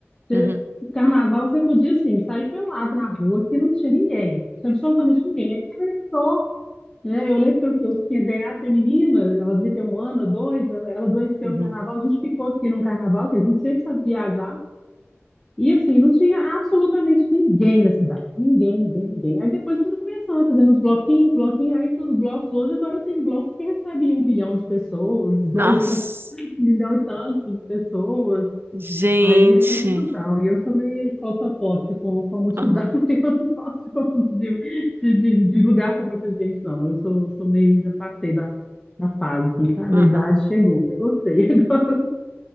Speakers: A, on the left; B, on the right.
A: você-
B: Uhum,
A: carnaval você podia, assim, sair pelado na rua que não tinha ninguém. Tinha absolutamente ninguém. Aí Começou É, eu lembro que eu, que eu tinha ganhado a menina, ela devia ter um ano, dois, eu- ela adoeceu
B: uhum.
A: no carnaval, a gente ficou aqui num carnaval, que a gente sempre sabe viajar, e assim, não tinha absolutamente ninguém na cidade, ninguém, ninguém, ninguém. Aí depois foram começando, fazendo uns bloquinhos, bloquinhos, aí os blocos, hoje agora tem bloco que recebe um milhão de pessoas, dois
B: Nossa,
A: milhões, <laughs> um milhão e tantos de pessoas,
B: gente.
A: Aí é aquela confusão. E eu sou meio claustrofóbica com, com a multidão,
B: Aham.
A: <laughs> eu não gosto <laughs> de, de, de- de lugar com muita gente, não. Eu sou, sou meio, já passei da, da fase, assim, sabe?
B: Uhum.
A: A idade chegou, já gostei <laughs> agora